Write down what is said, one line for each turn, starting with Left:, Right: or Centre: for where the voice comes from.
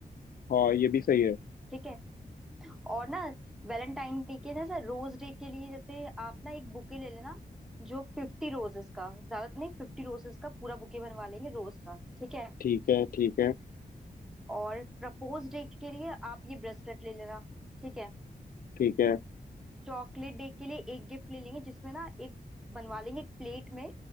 Left: हाँ ये भी सही है
Centre: ठीक है और ना वैलेंटाइन डे के जैसे रोज डे के लिए जैसे आप ना एक बुके ले लेना जो फिफ्टी रोजेस का ज्यादा नहीं फिफ्टी रोजेस का पूरा बुके बनवा लेंगे रोज का ठीक है
Left: ठीक है ठीक है
Centre: और प्रपोज डे के लिए आप ये ब्रेसलेट ले लेना ठीक है
Left: ठीक है
Centre: चॉकलेट डे के लिए एक गिफ्ट ले लेंगे जिसमें ना एक बनवा लेंगे एक प्लेट में